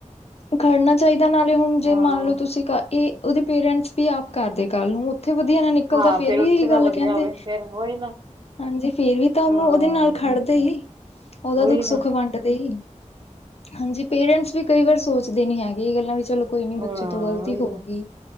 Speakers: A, on the left; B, on the right.
A: ਖੜਨਾ ਚਾਹੀਦਾ ਨਾਲੇ ਹੁਣ ਜੇ
B: ਹਾਂ
A: ਮੰਨ ਲਓ ਤੁਸੀਂ ਕੀ ਉਹਦੇ ਪੇਰੈਂਟਸ ਵੀ ਆਪ ਕਰਦੇ ਕੱਲ੍ਹ ਨੂੰ ਉੱਥੇ ਵਧੀਆ ਨਾ ਨਿਕਲਦਾ
B: ਹਾਂ
A: ਫੇਰ ਵੀ
B: ਉੱਥੇ
A: ਇਹੀ
B: ਨਾ
A: ਗੱਲ ਕਹਿੰਦੇ।
B: ਵਧੀਆ ਹੋਵੇ ਫੇਰ ਉਹੀ ਨਾ
A: ਹਾਂਜੀ ਫੇਰ ਵੀ ਤਾਂ ਉਹਨੂੰ
B: ਹਾਂ
A: ਉਹਦੇ ਨਾਲ ਖੜਦੇ ਹੀ, ਉਹਦਾ
B: ਉਹੀ
A: ਦੁੱਖ-ਸੁੱਖ
B: ਨਾ
A: ਵੰਡ ਡਦੇ ਈ ਹਾਂਜੀ ਪੇਰੈਂਟਸ ਵੀ ਕਈ ਵਾਰ ਸੋਚ ਦੇ ਨੀ ਹੈਗੇ ਇਹ ਗੱਲਾਂ ਵੀ ਚਲੋ ਕੋਈ ਨੀ ਬੱਚੇ
B: ਹਾਂ
A: ਤੋਂ ਗ਼ਲਤੀ
B: ਉਹੀ
A: ਹੋ
B: ਨਾ
A: ਗਈ।